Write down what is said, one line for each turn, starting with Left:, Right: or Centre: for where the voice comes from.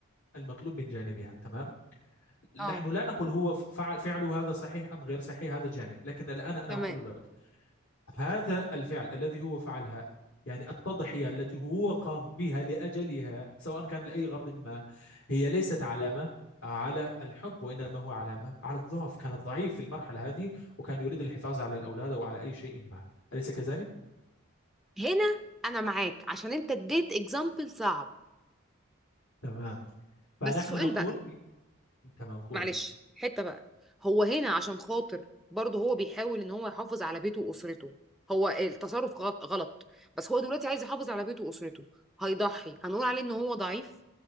Left: المطلوب من جانبها تمام
Centre: اه
Left: نحن لا نقول هو فعل فعله هذا صحيح أم غير صحيح هذا جانب لكن الآن أنا
Centre: تمام
Left: أقول لك هذا الفعل الذي هو فعلها يعني التضحية التي هو قام بها لأجلها سواء كان لأي غرض ما هي ليست علامة على الحب وإنما هو علامة على الضعف كان ضعيف في المرحلة هذه وكان يريد الحفاظ على الأولاد أو على أي شيء ما أليس كذلك؟
Centre: هنا انا معاك عشان انت اديت اكزامبل صعب
Left: تمام فنحن
Centre: بس سؤال
Left: نقول
Centre: بقى
Left: تمام قولي
Centre: معلش حتة بقى هو هنا عشان خاطر برضه هو بيحاول ان هو يحافظ على بيته واسرته هو التصرف غلط غلط بس هو دلوقتي عايز يحافظ على بيته واسرته هيضحي هنقول عليه ان هو ضعيف